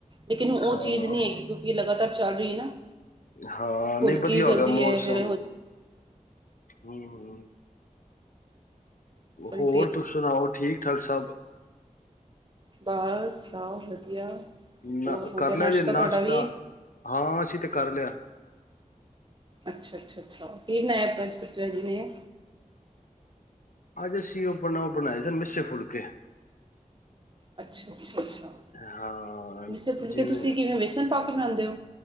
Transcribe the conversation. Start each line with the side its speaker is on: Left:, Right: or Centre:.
Right: ਲੇਕਿਨੁ ਉਹ
Left: ਹਾਂ।
Right: ਚੀਜ਼ ਨਈ ਹੈਗੀ, ਕਿਉਂਕਿ ਲਗਾਤਾਰ ਚੱਲ ਰਈ ਆ ਨਾ।
Left: ਹਾਂ ਨਈ
Right: ਹਲਕੀ
Left: ਵਧੀਆ
Right: ਚਲਦੀ
Left: ਹੋ ਗਿਆ, ਮੌਸਮ
Right: ਹੈ ਫਿਰ
Left: ਹੂੰ
Right: ਕਦੀ
Left: ਹੋਰ, ਤੁਸੀਂ ਸੁਣਾਓ, ਠੀਕ-ਠਾਕ ਸਭ?
Right: ਬਾਸ ਸਭ ਵਧੀਆ।
Left: ਨਾ
Right: ਹੋ
Left: ਕਰ
Right: ਗਿਆ
Left: ਲਿਆ
Right: ਨਸ਼ਤਾ
Left: ਜੇ ਨਾਸ਼ਤਾ
Right: ਤੁਹਾਡਾ ਵੀ?
Left: ਹਾਂ, ਅਸੀਂ ਤੇ ਕਰ ਲਿਆ।
Right: ਅੱਛਾ, ਅੱਛਾ, ਅੱਛਾ ਕੀ ਬਣਾਇਆ ਪੰਕੁ ਜੀ ਨੇ?
Left: ਅੱਜ ਅਸੀਂ, ਉਹ ਬਣਾਓ ਬਣਾਏ ਸੀ, ਮਿਸ ਫੁਲਕੇ।
Right: ਅੱਛਾ, ਅੱਛਾ, ਅੱਛਾ
Left: ਹਾਂ
Right: ਮਿਸ ਫੁਲਕੇ,
Left: ਜਿਵੇਂ
Right: ਤੁਸੀਂ ਕਿਵੇਂ ਬੇਸਨ ਪਾ ਕੇ ਬਣਾਦੇ ਓ?